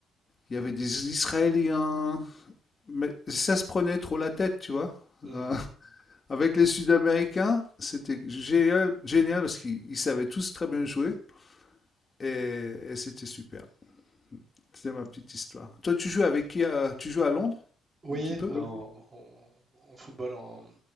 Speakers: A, on the left (about 35°); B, on the right (about 25°).
A: il y avait des Israéliens, mais ça se prenait trop la tête, tu vois?
B: mm.
A: Heu, <laughs> avec les Sud-Américains, c'était génial génial parce qu'ils ils savaient tous très bien jouer et et c'était super. C'était ma petite histoire. Toi, tu joues avec qui à tu joues à Londres,
B: Oui,
A: un petit peu?
B: en,
A: Oui.
B: en- en football, en,